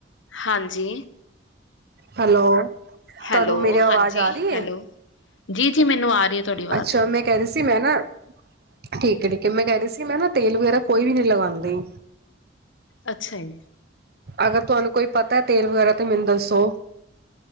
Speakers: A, on the left; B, on the right.
A: ਹਾਂਜੀ,
B: ਹੈਲੋ
A: ਹੈਲੋ
B: ਤੁਹਾਨੂੰ ਮੇਰੀ ਆਵਾਜ਼
A: ਹਾਂਜੀ,
B: ਆ ਰਹੀ
A: ਹੈਲੋ।
B: ਹੈ
A: ਜੀ-ਜੀ, ਮੈਨੂੰ ਆ ਰਹੀ ਹੈ ਤੁਹਾਡੀ ਆਵਾਜ਼।
B: ਅੱਛਾ, ਮੈਂ ਕਹਿ ਰੀ ਸੀ ਮੈਂ ਨਾ, ਠੀਕ ਏ-ਠੀਕ ਏ ਮੈਂ ਕਹਿ ਰੀ ਸੀ ਮੈਂ ਨਾ ਤੇਲ ਵਗ਼ੈਰਾ ਕੋਈ ਵੀ ਨੀ ਲਗਾਂਦੀ।
A: ਅੱਛਾ ਜੀ।
B: ਅਗਰ ਤੁਹਾਨੂੰ ਕੋਈ ਪਤਾ ਐ, ਤੇਲ ਵਗੈਰਾ ਤੇ ਮੈਂਨੂੰ ਦੱਸੋ।